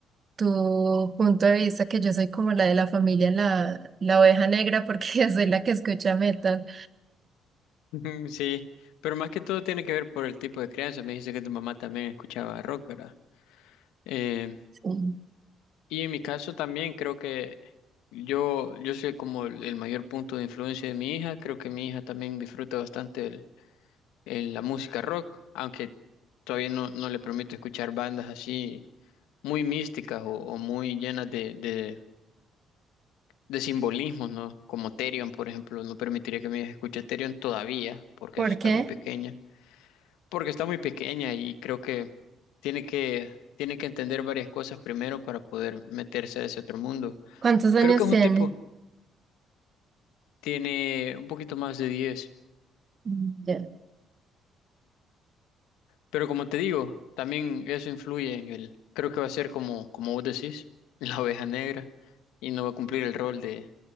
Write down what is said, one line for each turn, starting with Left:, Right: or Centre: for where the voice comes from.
Right: tu punto de vista que yo soy como la de la familia, la, la oveja negra, porque <laughs> yo soy la que escucha metal.
Left: <laughs> Ujú, Sí, pero más que todo tiene que ver por el tipo de crianza. Me dice que tu mamá también escuchaba rock, ¿verdad? Eh,
Right: Sí.
Left: y en mi caso también creo que yo, yo soy como el el mayor punto de influencia de mi hija. Creo que mi hija también disfruta bastante en la música rock, aunque todavía no, no le permito escuchar bandas así muy místicas o, o muy llenas de, de, de simbolismos, ¿no? Como Therion, por ejemplo, no permitiría que mi hija escuche Therion todavía, porque
Right: ¿Por
Left: eso está
Right: qué?
Left: muy pequeña, porque está muy pequeña y creo que tiene que, tiene que entender varias cosas primero para poder meterse a ese otro mundo.
Right: ¿Cuántos años
Left: Creo que es
Right: tiene?
Left: un tipo, tiene un poquito más de diez
Right: Mm, Ya.
Left: Pero como te digo, también eso influye en el, creo que va a ser como, como vos decís, <laughs> la oveja negra y no va a cumplir el rol de,